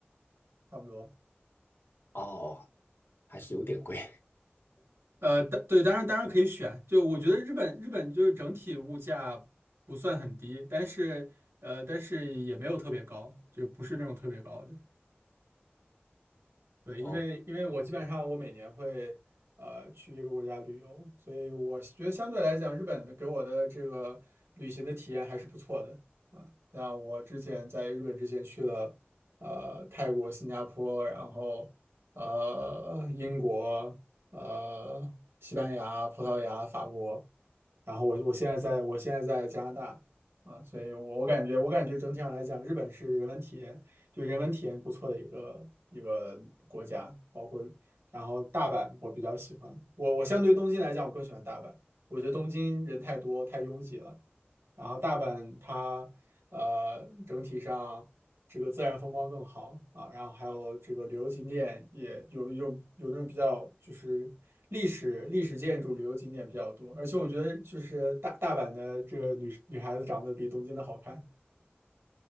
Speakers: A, on the right; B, on the left.
A: 差不多。
B: 哦，还是有点贵
A: 呃，当对，当然当然可以选。就我觉得日本日本就是整体物价不算很低，但是呃，但是也没有特别高，就不是那种特别高的。
B: <laughs>
A: 对，
B: 哦，
A: 因为因为我基本上我每年会呃去一个国家旅游，所以我觉得相对来讲，日本的给我的这个旅行的体验还是不错的啊。像我之前在日本之前去了呃泰国、新加坡，然后呃英国、呃西班牙、葡萄牙、法国，然后我我现在在我现在在加拿大啊，所以我我感觉我感觉整体上来讲，日本是人文体验。就人文体验不错的一个一个国家，包括然后大阪我比较喜欢，我我相对东京来讲，我更喜欢大阪，我觉得东京人太多太拥挤了，然后大阪它呃整体上这个自然风光更好啊，然后还有这个旅游景点也有有有那种比较就是历史历史建筑旅游景点比较多，而且我觉得就是大大阪的这个女女孩子长得比东京的好看。